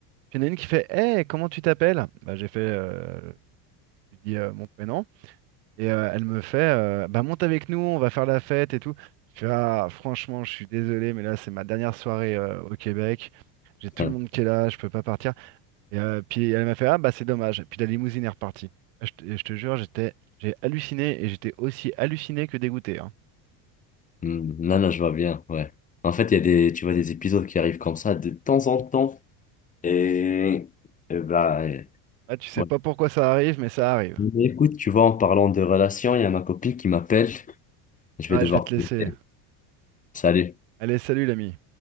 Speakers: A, on the right; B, on the left.
A: Puis il y en a une qui fait Hey, comment tu t'appelles? Bah, j'ai fait, euh, je lui dis euh, mon prénom. Et euh, elle me fait euh, Bah, monte avec nous, on va faire la fête et tout. Je fais Ah, franchement, je suis désolé, mais là, c'est ma dernière soirée euh, au Québec. J'ai tout
B: Hum.
A: le monde qui est là, je peux pas partir. Et euh, puis elle m'a fait, ah bah c'est dommage. Puis la limousine est repartie. Ah, Je, te je te jure, j'étais, j'ai halluciné et j'étais aussi halluciné que dégoûté. hein.
B: Hum, Non, non, je vois bien, ouais. En fait, il y a des, tu vois, des épisodes qui arrivent comme ça de temps en temps. Et, et bah,
A: Ah, tu sais
B: Ouais.
A: pas pourquoi ça arrive, mais ça arrive.
B: Écoute, tu vois, en parlant de relations, il y a ma copine qui m'appelle. Je
A: Ah,
B: vais devoir
A: je vais te
B: te
A: laisser.
B: laisser. Salut.
A: Allez, salut l'ami.